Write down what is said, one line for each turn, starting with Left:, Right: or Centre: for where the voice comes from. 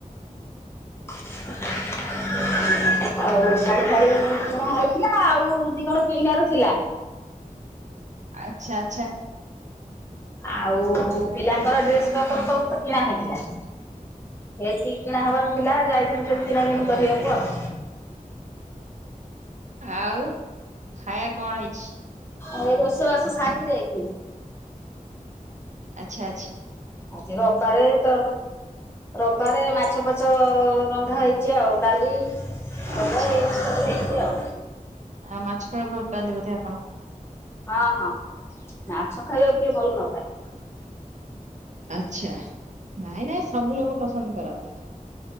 Left: <inaudible> <inaudible> ଆଉ ଶାଢୀ ଫାଢ କିଣା ହେଇଥିଲା ଆଉ ଦି କଣ କିଣ ର ଥିଲା
Right: ଆଚ୍ଛା। ଆଚ୍ଛା।
Left: ଆଉ ପିଲାଙ୍କର ଡ୍ରେସ ପତ ସବୁତ କିଣା ହେଇଥିଲା। ସେତି କିଣା ହବାର ଥିଲା ଯାଇଥିଲୁ ସେମ କିଣା କିଣି କରିବାକୁ ଆଉ।
Right: ଆଉ ଖାଇବା କଣ ହେଇଛି?
Left: ଆଉ ଏଇ ରଷ ବାସ ସାରିକି ଯାଇଥିବୁ।
Right: ଆଚ୍ଛା ଆ୍ଛା।
Left: ଆଜି ରବିବାରେ ତ ରବାରେ ମାଛଫାଛ ରନ୍ଧା ହେଇଛି ଆଉ, ଡାଲି
Right: ଆଚ୍ଛା
Left: ଭଜା ଏଇଆ
Right: ଆଚଛା
Left: ସବୁ ହେଇଛି ଆଉ
Right: ଆଉ ମାଛ ଖାଇବାକୁ ଭଲ ପାଆନ୍ତି ବୋଧେ ଆପଣ?
Left: ହଁ ହଁ। ମାଛ ଖାଇବାକୁ କିଏ ଭଲ ନପାଏ।
Right: ଆଚଛା ନାଇଁ ନାଇଁ ସବୁ ଲୋକ ପସନ୍ଦ କରନ୍ତିନି।